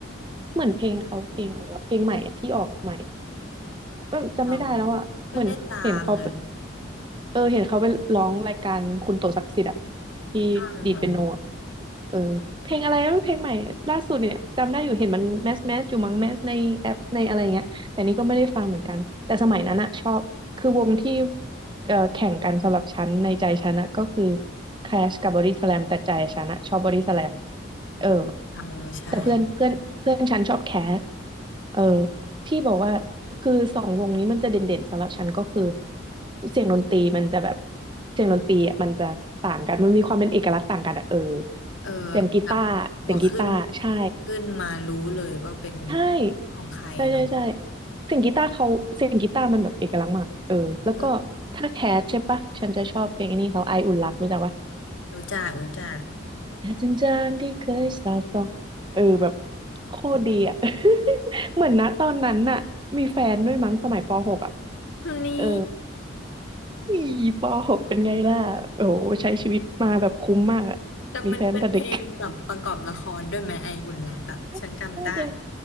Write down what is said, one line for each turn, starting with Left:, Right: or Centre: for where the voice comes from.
Right: เหมือนเพลงเขาเพลงอะไรวะเพลงใหม่อะที่ออกใหม่เออจำไม่ได้แล้วอะเหมือนเห็นเขา
Left: อ๋อไม่ได้ตามเลย
Right: เออเห็นเขาไปร้องรายการคุณโตศักดิ์สิทธิ์อะที่ดีดเปียโนอะ
Left: อ๋อเหรอ
Right: เออเพลงอะไรนะเพลงใหม่ล่าสุดเนี่ยจำได้อยู่เห็นมันแมสแมสอยู่มั้งแมสในแอปในอะไรเงี้ยแต่นี่ก็ไม่ได้ฟังเหมือนกันแต่สมัยนั้นอะชอบคือวงที่เออแข่งกันสำหรับฉันในใจฉันอะก็คือ Clash กับ Body Slam แต่ใจฉันอะชอบ Body Slam เออ
Left: เออใช่
Right: แต่เพื่อนเพื่อนเพื่อนฉันชอบแคสเออ ที่บอกว่าคือสองวงนี้มันจะเด่นๆสำหรับฉันก็คือเสียงดนตรีมันจะแบบเสียงดนตรีอ่ะมันจะต่างกันมันมีความเป็นเอกลักษณ์ต่างกันอ่ะเออ
Left: เออ
Right: เสียงกีตาร์เสียงกีตาร์ใช่
Left: แบบพอขึ้นขึ้นมารู้เลยว่าเป็น
Right: ใช่
Left: ของใครเนาะ
Right: ใช่ใช่ใช่เสียงกีตาร์เขาเสียงกีตาร์มันแบบเอกลักษณ์มากเออแล้วก็ถ้าแคสใช่ปะฉันจะชอบเพลงอันนี้เขาไออุ่นรักรู้จักปะ
Left: เออรู้จักรู้จัก
Right: แต่จริงๆที่เคยสาสองเออแบบโคตรดีอ่ะ <laughs> เหมือนนะตอนนั้นน่ะมีแฟนด้วยมั้งสมัยปหกอ่ะ
Left: วันนี้
Right: เออ อีปหกเป็นไงล่ะโอ้โหใช้ชีวิตมาแบบคุ้มมากอะมีแฟนแต่เด็ก
Left: แต่มันเป็นเพลงแบบประกอบละครด้วยไหมไออุ่นรักอะฉันจำได้
Right: <laughs> น่าจะ